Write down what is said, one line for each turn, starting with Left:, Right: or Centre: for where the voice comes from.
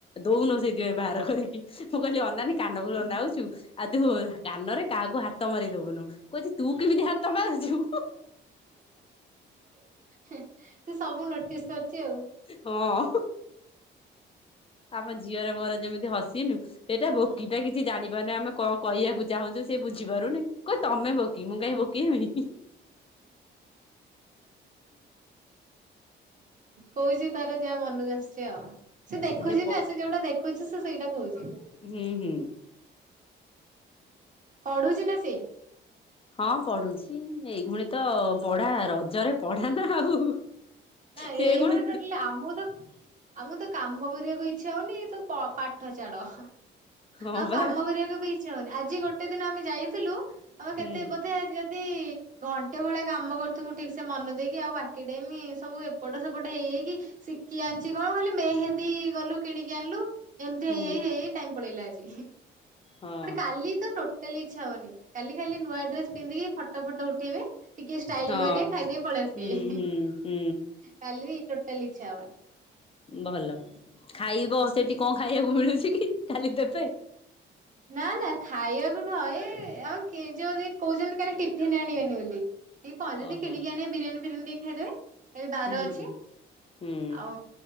Left: ଦଉନୁ ସେ ବାହାର କରିକି ମୁଁ କହିଲି ଅନନାନୀ କାନ ଫୁଲ ନାଉଛୁ? ଆଉ ତୁ କାନରେ କାହାକୁ ହାତ ମରେଇ ଦବୁନୁ, କହୁଛି ତୁ କେମିତି ହାତ ମାରୁଛୁ?
Right: ସେ ସବୁ ନୋଟିସ୍ କରଛି ଆଉ।
Left: ହଁ ଆମ ଝିଅର ମୋର ଯେମିତି ହସିନୁ ସେଇଟା ବୋକିଟା କିଛି ଜାଣିପାରୁନି ଆମେ କଣ କହିବାକୁ ଚାହୁଁଛୁ ସେ ବୁଝିପାରୁନି? କହିବ ତମେ ବୋକି ମୁଁ କାଇଁ ବୋକି ହେବି!
Right: କହୁଛି ତାର ଯାହା ମନକୁ ଆସୁଚି ଆଉ, ସେ ଦେଖୁଛି
Left: ହେ କ
Right: ନା ସେ ଯୋଉଟା ଦେଖ ଖୁଛି ସେ ସେଇଟା କହୁଛି।
Left: ହୁଁ ହୁଁ।
Right: ପଢୁଛି ନା ସିଏ?
Left: ହଁ ପଢୁଛି ଏଇ ଘୁଣେ ତ ପଢା ରଜରେ ପଢା ନା ଆଉ
Right: ନା
Left: ସେ
Right: ଏଇ
Left: ପୁଣି
Right: ଘର ଟୋଟାଲି ଆମକୁ ତ ଆମ କୁ ତ କାମ କରିବାକୁ ଇଚ୍ଛା ହଉନି ତ ପ ପାଠ ଛାଡ଼।
Left: ହଁ
Right: ଆଉ
Left: ବା
Right: କାମ କରିବାକୁ ବି କିଛି ହଉନି ଆଜି ଗୋଟେ ଦିନ ଆମେ ଯାଇଥିଲୁ ଆମ
Left: ହୁଁ
Right: କେତେ ବୋଧେ ଯଦି ଘଣ୍ଟେ ଭଳିଆ କାମ କରୁଥିବୁ ମୁଁ ଠିକ ସେ ମନେ ଦେଇକି ଆଉ ବାକି ଟାଇମି ସବୁ ଏପଟ ସେପଟ ହେଇଯାଇକି ଶିଖି ଆଣିଛି କଣ ଖାଲି ମେହେନ୍ଦୀ ଗଲୁ। କିଣିକି ଆଣିଲୁ ଏମତି
Left: ହୁଁ।
Right: ହେଇ ହେଇ ଟାଇମ ପଳେଇଲା ଆଜି
Left: ହଁ
Right: ପୁଣି କାଲି ତ ଟୋ ଟୋଟାଲି ଇଛାହଉନି କାଲି ଖାଲି ନୂଆ ଡ୍ରେସ ପିନ୍ଧିକି ଫଟୋ ଫଟ ଉଠେଇବେ। ଟିକେ ଷ୍ଟାଇଲି
Left: ହଁ
Right: ମାରବେ ଖାଇଦେଇ ପଳେଇ ଆସିବେ।
Left: ହୁଁ ହୁଁ ହୁଁ।
Right: କାଲି ଟୋଟାଲି ଇଚ୍ଛା ହବନି।
Left: ଭଲ ଖାଇବ ସେଠି କଣ ଖାଇବାକୁ ମିଳୁଛି କି ଖାଲି ଦେବେ।
Right: ନା ନା ଖାଇବାକୁ ନୁହଁ ଏଇ ଆଉ କେ ଯୁ ରୁ କହୁଛନ୍ତି କାଲି ଟିଫନ୍ ଆଣିବେନି ବୋଲି। ଏଇ କ ଯଦି
Left: ଓହୋ
Right: କିଣିକି ଆଣିବେ ବିରିୟାନ ଫିରିୟନୀ ଟିକେ ଖାଇଦେବେ। ଏ ବାର
Left: ହୁଁ
Right: ଅଛି
Left: ହୁଁ। ହୁଁ
Right: ଆଉ